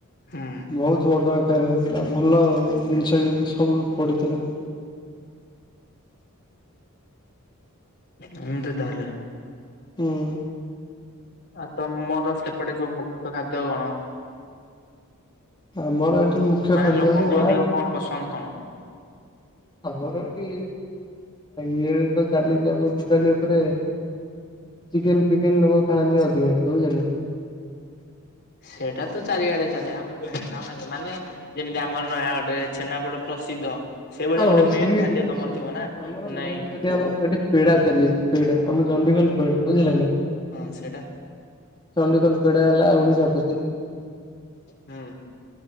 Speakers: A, on the left; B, on the left.
A: ହୁଁ
B: ବହୁତ ବଡ। ପାଖରେ ହଉଥିଲା ଭଲ ଜିନିଷ ବି ସବୁ ପଡ଼ିଥିଲା।
A: ଏମିତି ତାହଲେ
B: ହୁଁ।
A: ଆଉ ତମର ସେପଟେ ସବୁ ମୁଖ୍ୟ ଖାଦ୍ୟ କଣ?
B: ଆମର ଏଠି ମୁଖ୍ୟ
A: ମାନେ
B: ଖାଦ୍ୟ
A: ଲୋକଙ୍କୁ
B: ହେଲା
A: ଅଧିକ କଣ ପସନ୍ଦ କଣ?
B: ଆମର ଏଠି ଇଏ ତ ଚାଲିଛି ଆମର ଟୋଟାଲି ଉପରେ ଚିକେନ ଫିକେନ ଲୋକ ଖାଆନ୍ତି ଅଧିକାଂଶ ବୁଝିଲେ ନା।
A: ସେଇଟା ତ ଚାରିଆଡେ ଚାଲେ, ଆମର କଣ ଖାଉନାହାଁନ୍ତି ମାନେ ଯେମିତି ଆମର ନୟାଗଡରେ ଛେନାପୋଡ଼ ପ୍ରସିଦ୍ଧ। ସେଇଭଳିଆ
B: ଓହୋ
A: ଗୋଟେ ମେନ୍
B: ସେମିତି
A: ଖାଦ୍ୟ ତମର
B: ଶୁଣନ୍ତୁ,
A: ଥିବ ନା
B: ଆମର
A: ନାଇଁ
B: ମେନ ଖାଦ୍ୟ ଆମର ଏଠି ପେଡା ଚାଲିଛି ପେଡା ଆମ ଚଣ୍ଡିଖୋଲ ପେଡା ବୁଝିଲେ ନା।
A: ହଁ ସେଟା।
B: ଚଣ୍ଡିଖୋଲ ପେଡା ହେଲା ଓଡିଶା ପ୍ରସିଦ୍ଧ।
A: ହୁଁ